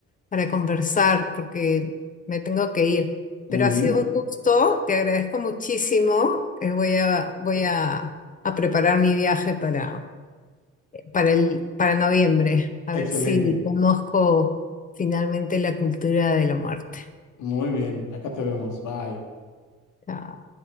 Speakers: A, on the left (about 25°); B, on the left (about 80°).
A: para conversar porque me tengo que ir.
B: Muy
A: Pero ha
B: bien.
A: sido un gusto, te agradezco muchísimo. Eh, voy a, voy a, a preparar mi viaje para, para el, para noviembre, a
B: Excelente.
A: ver si conozco finalmente la cultura de la muerte.
B: Muy bien. Acá te vemos. Bye.
A: Chao.